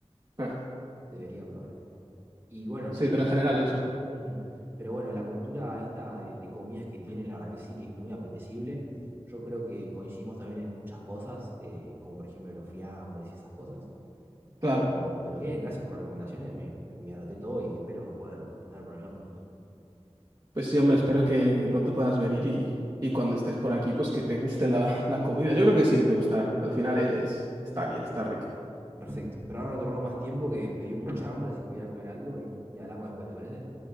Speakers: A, on the right; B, on the right.
A: Ah,
B: Debería probarlo. Y bueno,
A: sí,
B: sí.
A: pero en general eso.
B: ujú. Pero bueno, la cultura esta de, de comidas que tienen, la verdad que sí, que es muy apetecible. Yo creo que coincidimos también en muchas cosas, eh, como por ejemplo los fiambres y esas cosas.
A: Claro.
B: Pero, pero bien, gracias por las recomendaciones. Me, me- me anoté todo y espero poder estar por allá pronto.
A: Pues sí, hombre, espero que, que pronto puedas venir y, y cuando estés por aquí, pues que te guste la, la comida. Yo creo que sí que te gustará. Al final es, está bien, está rica.
B: Perfecto. Pero ahora no te robo más tiempo que me dio mucha hambre, así que voy a ir a comer algo y, y hablamos después, ¿te parece?